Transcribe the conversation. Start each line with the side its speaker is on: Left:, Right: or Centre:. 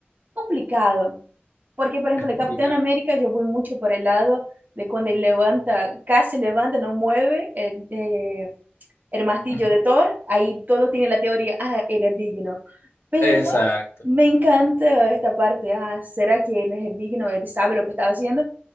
Right: Complicado. Porque, por ejemplo,
Left: Es complicado.
Right: el Capitán América, yo voy mucho por el lado de cuando él levanta, casi levanta, no mueve el, eh, el martillo
Left: Ujú.
Right: de Thor. Ahí todos tienen la teoría, ah, él es digno. Pero
Left: Exacto.
Right: me encanta esta parte. Ah, ¿será que no es digno? Él sabe lo que está haciendo.